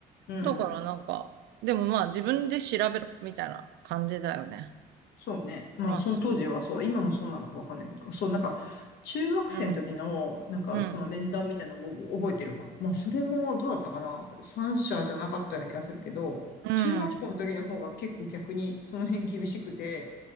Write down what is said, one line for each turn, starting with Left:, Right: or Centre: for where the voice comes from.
Left: うん。
Right: だからなんか、でもまあ自分で調べろ、みたいな感じだよね。
Left: そうね。まあその当時はそう、
Right: まあ、そ
Left: 今もそうなのかわかんないけど、そうなんか中学生の時のなんかその面談みたいなのを覚えてるわ。
Right: ううん、うん、
Left: まあそれもどうだったかな。三者じゃなかったような気がするけど、
Right: うん。
Left: 中学校の時の方が結構逆にその辺厳しくて、